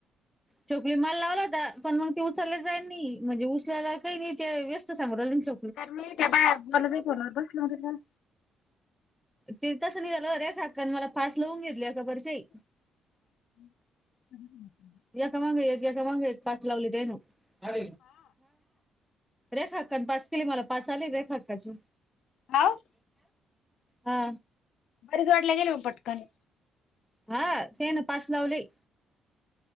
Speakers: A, in the centre; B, on the left (about 75°).
A: चोकली माल लावला होता पण मग ते उचचालेला जाई नाही म्हणजे उचलाला काही नाही ते व्यस्त सांग च
B: तर मी ते बा बला ब बसल तुला
A: फिर तसं नि झालं अरे खाकन मला पास लावून घेतली खबरच्याई
B: <inaudible>
A: या का मागा एक या का मागा पास लावली तेन हा रेखा हक्कान पाच किली मला पाच आली रेखाक्काची
B: हाव
A: हा
B: बरीच वाडला गेली मग पटकन
A: हा ते ना पास लावले